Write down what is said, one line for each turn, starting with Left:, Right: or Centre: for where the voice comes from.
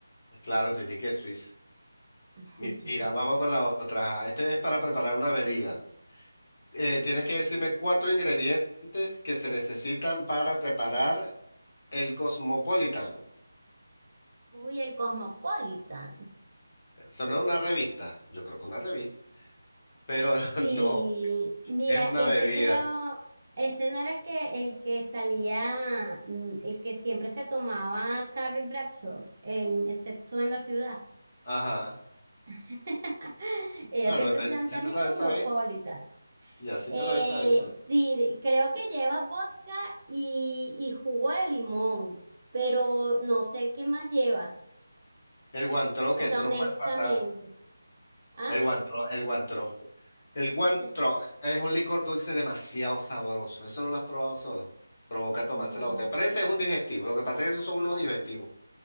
Left: claro, Titi, que es Suiza.
Right: <laughs>
Left: Mi- Mira, vamos con la otra. Ajá, Este es para preparar una bebida. eh, tienes que decirme cuatro ingredientes que se necesitan para preparar el Cosmopolitan.
Right: Uy, el Cosmopolitan.
Left: Eso no es una revista, yo creo que una revista, pero <laughs>
Right: Sí,
Left: no,
Right: mira,
Left: es una
Right: ese
Left: bebida.
Right: creo, ese no era el que, el que salía, mm, el que siempre se tomaba Carrie Bradshaw en el Sexo en la Ciudad.
Left: Ajá.
Right: <laughs> Ella
Left: Ah,
Right: siempre
Left: no, entonces
Right: es tan-
Left: sí
Right: también
Left: te lo debes
Right: cosmopolita.
Left: saber, ya sí
Right: Eh,
Left: te lo debes saber. entonces.
Right: sí, creo que lleva vodka y, y jugo de limón, pero no sé qué más lleva.
Left: El guantró,
Right: O
Left: que eso
Right: sea, honestamente.
Left: no puede faltar.
Right: ¿Ah?
Left: El guantró, el guantró. El guantró
Right: <laughs>
Left: es un licor dulce demasiado sabroso. Eso no lo has probado solo. Provoca tomarse
Right: No.
Left: la botella. Parece es un digestivo. Lo que pasa es que esos son unos digestivos.